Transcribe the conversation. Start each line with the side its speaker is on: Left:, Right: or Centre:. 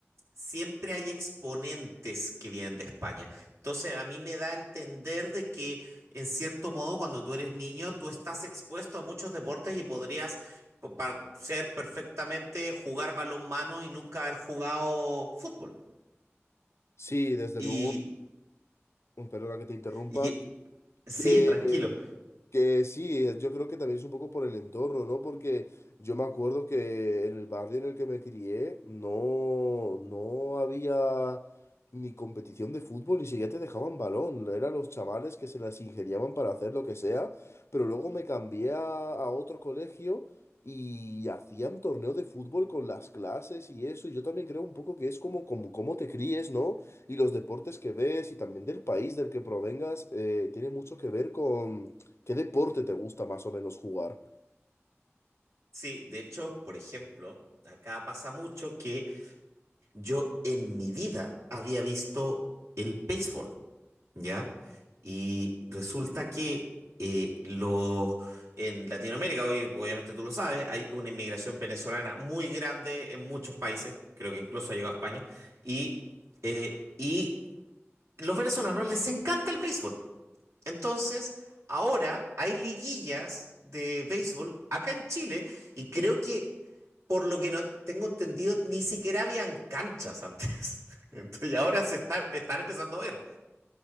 Right: siempre hay exponentes que vienen de España. Entonces, a mí me da a entender de que, en cierto modo, cuando tú eres niño, tú estás expuesto a muchos deportes y podrías po- pa- ser perfectamente jugar balonmano y nunca haber jugado fútbol.
Left: Sí, desde
Right: Y,
Left: luego, perdona que te interrumpa,
Right: y sí,
Left: que
Right: tranquilo.
Left: Que sí, eh, yo creo que también es un poco por el entorno, ¿no? Porque yo me acuerdo que en el barrio en el que me crié no, no había ni competición de fútbol, ni siquiera te dejaban balón. Eran los chavales que se las ingeniaban para hacer lo que sea, pero luego me cambié a, a otro colegio y hacían torneo de fútbol con las clases y eso. Y yo también creo un poco que es como, como, cómo te críes, ¿no? Y los deportes que ves y también del país del que provengas eh, tiene mucho que ver con ¿Qué deporte te gusta más o menos jugar?
Right: Sí, de hecho, por ejemplo, acá pasa mucho que yo en mi vida había visto el béisbol. ¿ya? Y resulta que eh, los, en Latinoamérica, hoy obviamente tú lo sabes, hay una inmigración venezolana muy grande en muchos países, creo que incluso ha llegado a España, y, eh, y los venezolanos les encanta el béisbol. Entonces, ahora hay liguillas de béisbol acá en Chile y creo que... Por lo que no tengo entendido, ni siquiera habían canchas antes. <laughs> Entonces, y ahora se está, están empezando a ver.